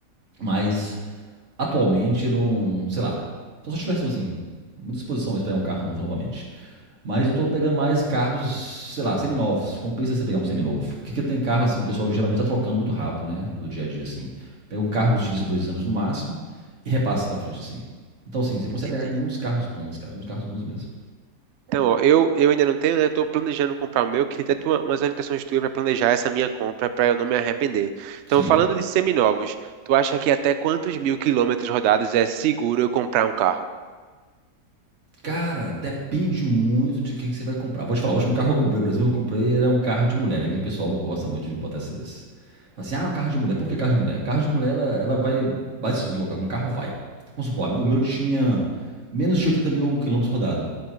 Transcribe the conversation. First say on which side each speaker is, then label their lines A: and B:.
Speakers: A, on the right (about 45°); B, on the right (about 80°).
A: Mas atualmente não, sei lá. Só se eu tivesse assim, uma disposição para pegar um carro novo novamente. Mas eu tô pegando mais carros, sei lá, seminovos. Compensa você pegar um seminovo. Porque que tem carro assim que o pessoal geralmente tá trocando muito rápido, né? No dia a dia, assim. Pega um carro, utiliza dois anos no máximo e repassa para frente, assim. Então, assim, você
B: Entendi.
A: consegue pegar muitos carros bons, cara. Muitos carros bons mesmo.
B: Então, ó, eu, eu ainda não tenho, né? Eu tô planejando comprar o meu, queria ter tua, umas orientações tuas para planejar essa minha compra, para eu não me arrepender. Então,
A: Sim.
B: falando de seminovos, tu acha que até quantos mil quilômetros rodados é seguro eu comprar um carro?
A: Cara, depende muito de quem que você vai comprar. Vou te falar, o último carro que eu comprei, por exemplo, eu comprei era um carro de mulher, né? Que o pessoal gosta muito de botar esses. Fala assim, ah, um carro de mulher. Por que carro de mulher? Carro de mulher, ela, ela vai, vai se deslocar. Com um carro, vai. Vamos supor, o meu tinha menos de 80 mil quilômetros rodado.